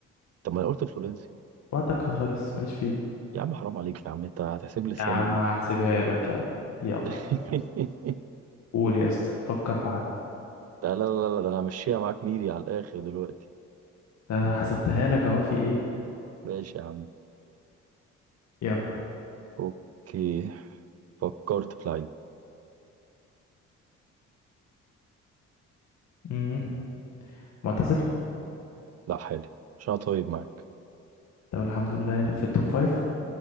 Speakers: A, on the right; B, on the left.
A: طب ما انا قلت فلورينز
B: وقتك كان خلص ماليش فيه
A: يا عم حرام عليك يا عم انت هتحسب لي الثانية
B: يا عم
A: دي
B: هحسبها لك يلا يلا
A: <laughs>
B: قول يا اسطى فكر في حد
A: ده لا لا لا ده انا همشيها معاك ميري على الاخر دلوقتي
B: ده أنا حسبتها لك اهو في ايه
A: ماشي يا عم
B: يلا
A: اوكي فكرت في لعيب
B: مم. معتزل
A: لا حالي عشان أنا طيب معاك
B: طب الحمد لله في التوب فايف